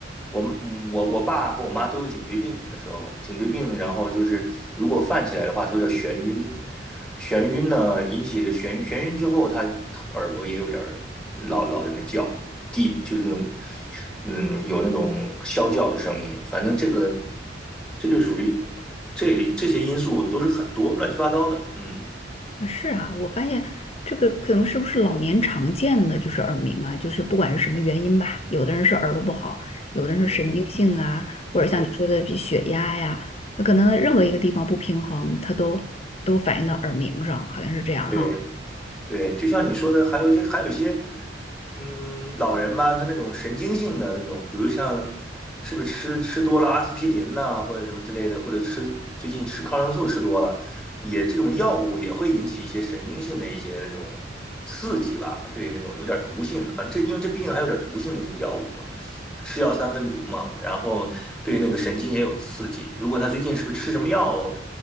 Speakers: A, in the centre; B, on the left.
A: 我嗯我我爸和我妈都有颈椎病，那时候颈椎病，然后就是如果犯起来的话，它有点眩晕，眩晕呢引起的眩晕，眩晕之后，他耳朵也有点老老在那叫，地就是那种嗯有那种啸叫的声音，反正这个这就属于这这些因素都是很多乱七八糟的，嗯
B: 啊是啊，我发现这个可能是不是老年常见的就是耳鸣啊，就是不管是什么原因吧，有的人是耳朵不好，有的人是神经性啊，
A: 嗯嗯，
B: 或者像你说的比血压呀，他可能任何一个地方不平衡，他都都反映到耳鸣上，好像是这样哈。
A: 对，对，就像你说的，还有一些，还有一些，嗯，老人吧，他那种神经性的那种，比如像是不是吃吃多了阿司匹林呐、或者什么之类的，或者吃最近吃抗生素吃多了，也这种药物也会引起一些神经性的一些那种刺激吧，对，那种有点毒性的，反正这因为这毕竟还有点毒性的这些药物嘛，是药三分毒嘛，然后对那个神经也有刺激，如果他最近是不是吃什么药，